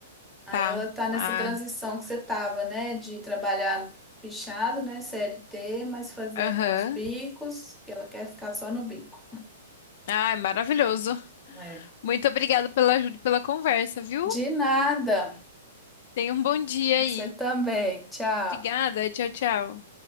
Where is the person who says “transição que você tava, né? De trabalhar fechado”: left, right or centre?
Centre